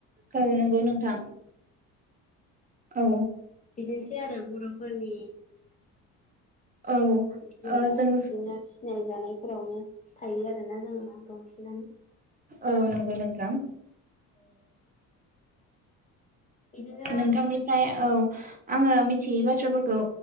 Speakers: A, on the right; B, on the left.
A: औ नंगौ नोंथां
B: बिलाइखौ
A: औ
B: बिदिनोसै आरो बर'फोरनि
A: औ
B: जिउआ
A: ओ जों
B: बिदिनो फिसिनाय जानाय फोरावनो थायो आरोना जोंना बांसिनानो
A: औ नंगौ नोंथां
B: बिदिनो
A: नोंथां निफ्राय औ आङो मिथियै बाथ्राफोरखौ